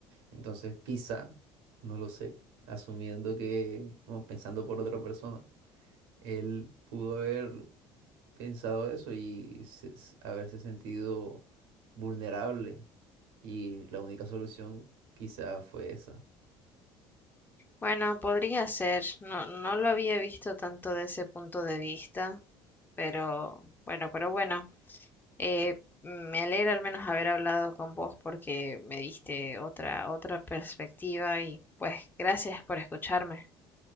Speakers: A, on the right (about 80°); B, on the left (about 15°).
A: Entonces, quizá, no lo sé, asumiendo que, como pensando por otra persona, él pudo haber pensado eso y se- s- haberse sentido vulnerable. Y la única solución quizá fue esa.
B: Bueno, podría ser. No, no lo había visto tanto de ese punto de vista, pero bueno, pero bueno. Eh, me alegra al menos haber hablado con vos porque me diste otra, otra perspectiva y pues gracias por escucharme.